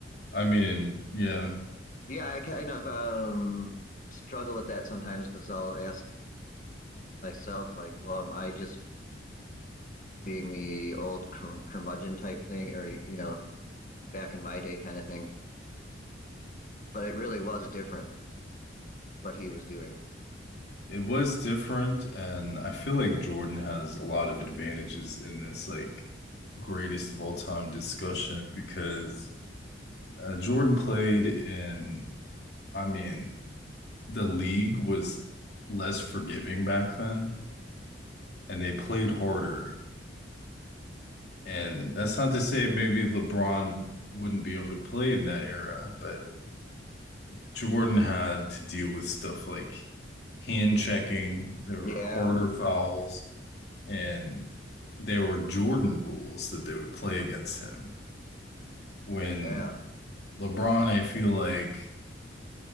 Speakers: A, on the left (about 60°); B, on the left (about 40°).
A: I mean, yeah,
B: yeah. I kind of um struggle with that sometimes because I'll ask myself, like, well, am I just being the old cur- curmudgeon type thing, or you know, back in my day kind of thing? But it really was different what he was doing.
A: it was different. And I feel like Jordan has a lot of advantages in this, like, greatest of all time discussion because uh, Jordan played in, I mean, the league was less forgiving back then and they played harder. And that's not to say maybe LeBron wouldn't be able to play in that era, but Jordan had to deal with stuff like hand checking, there were
B: Yeah,
A: harder fouls, and there were Jordan rules that they would play against him. When
B: yeah,
A: LeBron, I feel like,